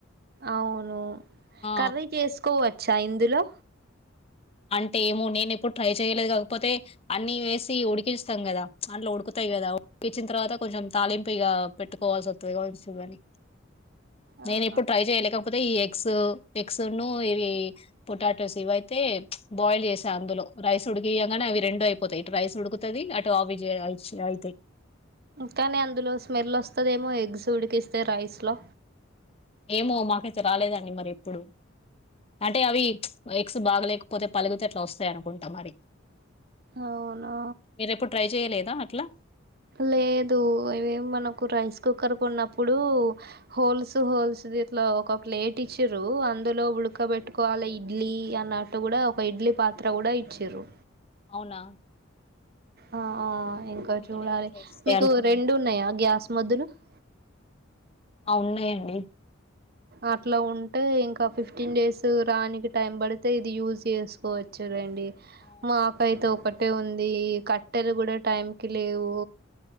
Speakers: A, on the right (about 50°); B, on the left (about 30°).
A: అవును
B: ఆ
A: కర్రీ చేసుకోవచ్చా ఇందులో
B: అంటే ఏమో నేను ఎప్పుడు ట్రై చేయలేదు కాకపోతే అన్ని వేసి ఉడికిస్తాం కదా అంట్లో ఉడుకుతాయి కదా ఉడికిచ్చిన తర్వాత కొంచెం తాలింపు ఇ పెట్టుకోవాల్సి వస్తుంది కావచ్చు అని
A: ఆహా
B: నేను ఎప్పుడు ట్రై చేయలే కాకపోతే ఈ ఎగ్స్ ఎగ్స్ను ఇవి పొటాటోస్ ఇవి అయితే బాయిల్ చేసా అందులో రైస్ ఉడికియగానే అవి రెండు అయిపోతాయి ఇటు రైస్ ఉడుకుతుంది అటు ఆవి అయితాయి
A: కానీ అందులో స్మెల్ వస్తుందేమో ఎగ్స్ ఉడికిస్తే రైస్లో
B: ఏమో మాకైతే రాలేదండి మరి ఎప్పుడు అంటే అవి ఎక్స్ బాగలేకపోతే పలుగితే అట్లా వస్తాయి అనుకుంటా మరి
A: అవునా
B: మీరెప్పుడు ట్రై చెయలేద అట్లా
A: లేదు ఇవే మనకు రైస్ కుక్కర్ కు ఉన్నప్పుడు హోల్స్ హోల్స్ ఇట్లా ఒక ప్లేట్ ఇచ్చారు అందులో ఉడక పెట్టుకోవాలి ఇడ్లీ అన్నట్టు కూడా ఒక ఇడ్లీ పాత్ర కూడ ఇచ్చరు
B: అవునా
A: ఆ ఇంకా
B: ఆ! కొన్ని
A: చూడాలి
B: కొన్ని దాంట్లో వస్తాయి
A: మీకు
B: అనుకుంట
A: రెండు ఉన్నాయా గ్యాస్ <unintelligible>
B: ఆ ఉన్నాయండి
A: అట్లా ఉంటే ఇంకా ఫిఫ్టీన్ డేస్ రానికి టైం పడితే ఇది యూజ్ చేసుకో చూడండి
B: అవును
A: మాకైతే ఒక ఒకట్టే ఉంది కట్టెలు కూడ టైం కి లేవు